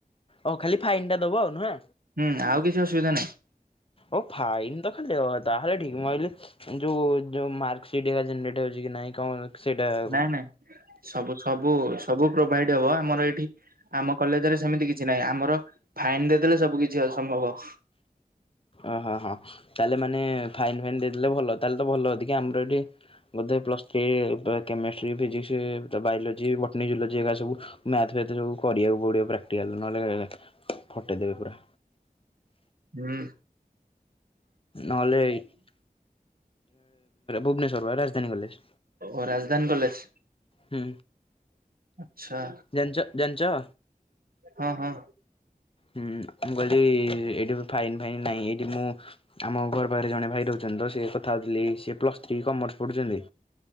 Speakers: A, on the left; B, on the right.
A: ଓଃ ଖାଲି ଫାଇନ୍ ଟା ଦବ ଆଉ। ନୁହେଁ?
B: ହୁଁ, ଆଉ କିଛି ଅସୁବିଧା ନାହିଁ।
A: ଓଃ ଫାଇନ୍ ତ ଖାଲି ଦେବାକଥା ତାହେଲେ ଠିକ୍। ମୁଁ ଭାବିଲି ଯୋଉ ଯୋଉଁ ମାର୍କସିଟ୍ ହେଗା ଜେନେରେଟ୍ ହଉଚି କି ନାଇଁ କଣ? ସେଇଟା କଣ
B: ନାଇଁ ନାଇଁ ସବୁ ସବୁ ସବୁ ପ୍ରୋଭାଇଡ୍ ହବ ଆମର ଏଇ ଟି ଆମ କଲେଜରେ ସେମିତି କିଛି ନାହିଁ। ଆମର ଫାଇନ୍ ଦେଇଦେଲେ ସବୁ କିଛି ଅସମ୍ଭବ।
A: ଅ ହ ହଁ ତାହଲେ ମାନେ ଫାଇନ୍ ଫାଇନ୍ ଦେଇଦେଲେ ଭଲ। ତାହେଲେ ତ ଭଲଦିକି ଆମର ଏଠି ବୋଧେ ପ୍ଲସ୍ ଥ୍ରୀ ତ କେମେଷ୍ଟ୍ରି, ଫିଜିକ୍ସ୍ ତ ବାୟୋଲୋଜି, ବଟନି, ଜୁଲୋଜି ଏଗା ସବୁ ମ୍ୟାଥ୍ ବି ଏତେ ଯୋଉ କରିବାକୁ ପଡ଼ିବ ପ୍ରାକ୍ଟିକାଲ ନହେଲେ ଫଟେଇ ଦେବେ ପୁରା।
B: ଉଁ
A: ନହେଲେ ଏଇ <unintelligible> ଭୁବନେଶ୍ୱର ବା ରାଜଧାନୀ କଲେଜ୍।
B: ଓ ରାଜଧାନୀ କଲେଜ୍?
A: ହୁଁ।
B: ଆଚ୍ଛା।
A: ଜାଣିଚ ଜାଣଚ୍
B: ହଁ ହଁ।
A: ହୁଁ ମୁଁ କହିଲି ଏଇଠି ବି ଫାଇନ୍ ଫାଇନ୍ ନାହିଁ। ଏଇଠି ମୁଁ ଆମ ଘର ପାଖରେ ଜଣେ ଭାଇ ରହୁଚନ୍ତି ତ ସିଏ କଥା ହଉଥିଲେ ସିଏ ପ୍ଲସ୍ ଥ୍ରୀ କମର୍ସ ପଢୁଚନ୍ତି,